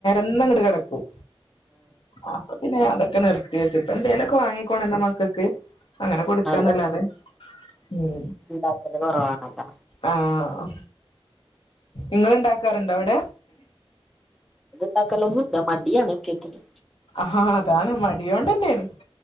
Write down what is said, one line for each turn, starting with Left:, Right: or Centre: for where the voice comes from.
Left: ന്നങ്ങട് കെടക്കും അപ്പ പിന്നെ അതൊക്കെ നിർത്തി വെച്ചിട്ട് എന്തേലൊക്കെ വാങ്ങി കൊണന്റ മക്കക്ക് അങ്ങനെ കൊടുക്കാന്നല്ലാതെ
Centre: ആ
Left: ഉം
Centre: ഉണ്ടാക്കല് കുറവാണല്ലോ
Left: ആഹ ഇങ്ങളുണ്ടാക്കാറുണ്ടോ അവിടെ?
Centre: ണ്ടാക്കലൊന്നുല്ല മടിയാണ് ക്കെക്കെക്ക്
Left: ആഹാ അതാണ് മടിയോണ്ടന്നെയാണ്